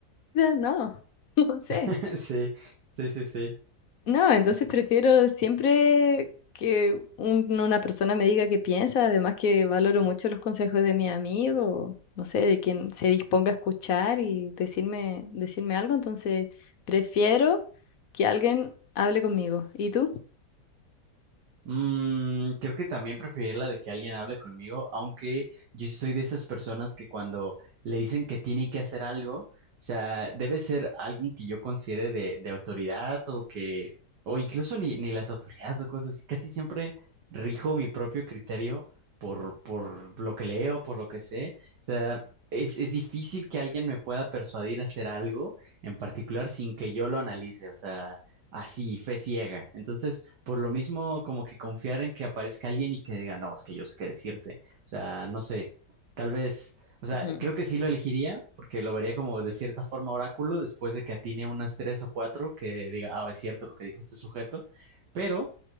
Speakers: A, on the left (about 60°); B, on the right (about 85°).
A: no, <laughs> no sé.
B: <laughs> Sí, sí, sí, sí.
A: No, entonces prefiero siempre que un- una persona me diga qué piensa, además que valoro mucho los consejos de mi amigo, no sé, de quien se disponga a escuchar y decirme, decirme algo, entonces prefiero que alguien hable conmigo. ¿Y tú?
B: Mm, creo que también preferiría la de que alguien hable conmigo, aunque yo sí soy de esas personas que cuando le dicen que tiene que hacer algo, o sea, debe ser alguien que yo considere de, de autoridad o que, o incluso ni, ni las autoridades o cosas así, casi siempre rijo mi propio criterio por, por lo que leo, por lo que sé, o sea, es, es difícil que alguien me pueda persuadir a hacer algo en particular sin que yo lo analice, o sea así, fe ciega. Entonces, por lo mismo, como que confiar en que aparezca alguien y que diga, no, es que yo sé qué decirte. O sea, no sé, tal vez, o sea,
A: Ujú.
B: creo que sí lo elegiría porque lo vería como de cierta forma oráculo después de que atine unas tres o cuatro que diga, ah, es cierto lo que dijo este sujeto, pero,